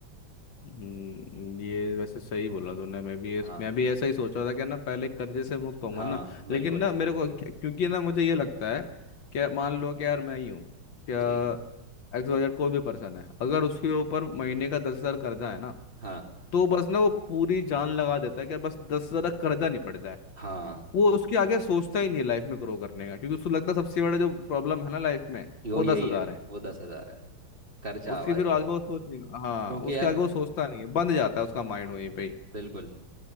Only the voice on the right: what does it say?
हाँ
हाँ
बिल्कुल
ठीक
हाँ
हाँ
यो
यही
है
वो दस हजार है खर्चा
भाई
क्योंकि
यार
बिल्कुल